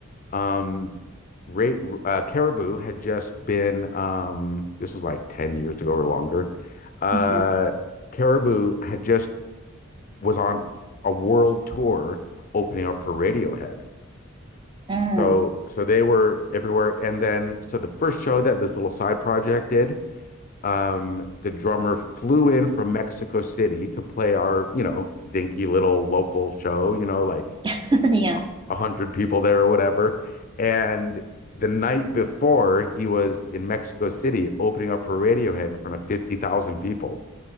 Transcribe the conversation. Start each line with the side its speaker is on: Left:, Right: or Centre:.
Left: um, Ray, uh, Caribou had just been, um, this was like 10 years ago or longer. Uh,
Right: hmm
Left: Caribou had just was on a world tour opening up for Radiohead.
Right: mm.
Left: So, so they were everywhere. And then, so the first show that this little side project did, um, the drummer flew in from Mexico City to play our, you know, dinky little local show, you know, like
Right: <laughs> yeah
Left: 100 people there or whatever. And the night before, he was in Mexico City opening up for Radiohead in front of 50,000 people.